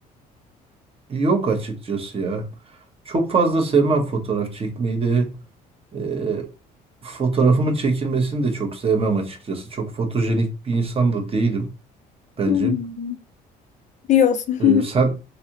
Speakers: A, on the right; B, on the left.
A: Yok açıkçası ya. Çok fazla sevmem fotoğraf çekmeyi de. Ee, fotoğrafımın çekilmesini de çok sevmem açıkçası. Çok fotojenik bir insan da değilim bence.
B: Hmm, diyorsun.
A: Ee, sen
B: <laughs>